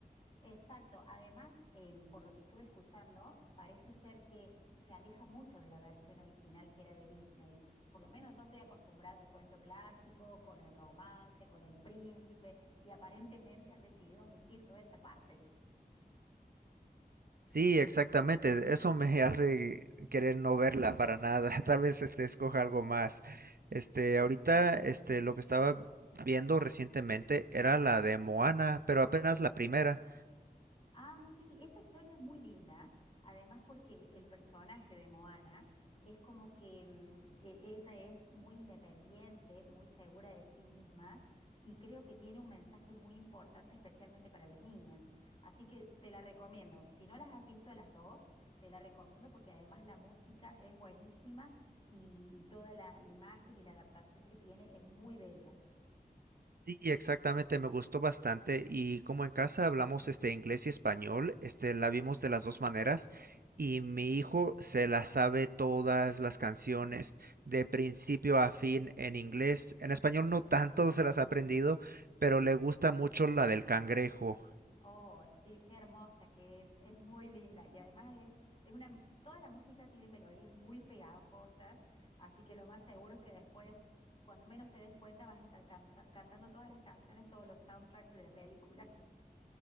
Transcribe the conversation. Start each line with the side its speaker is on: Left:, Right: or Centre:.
Left: Exacto. Además, em, por lo que estuve escuchando, parece ser que se aleja mucho de la versión original que era de Disney. Por lo menos yo estoy acostumbrada al cuento clásico, con el romance, con el príncipe, y aparentemente han decidido omitir toda esa parte.
Right: Sí, exactamente. Eso me hace querer no verla para nada. <laughs> Tal vez este escoja algo más. Este, ahorita, este, lo que estaba viendo recientemente era la de Moana, pero apenas la primera.
Left: Ah, sí, esa historia es muy linda, además porque el personaje de Moana es como que mm, e- ella es muy independiente, muy segura de sí misma y creo que tiene un mensaje muy importante especialmente para las niñas. Así que te la recomiendo. Si no las has visto las dos, te la recomiendo porque además la música es buenísima y y toda la imagen y la adaptación que tiene es muy bella.
Right: Sí, exactamente, me gustó bastante y como en casa hablamos este inglés y español, este la vimos de las dos maneras y mi hijo se la sabe todas las canciones de principio a fin en inglés. En español no tanto <laughs> se las ha aprendido, pero le gusta mucho la del cangrejo.
Left: Oh, sí, qué hermosa que es, es muy linda y además es, es una, toda la música tiene melodías muy pegajosas, así que lo más seguro es que después, cuando menos te des cuenta, vas a estar cansa- cantando todas las canciones, todos los soundtracks de la película.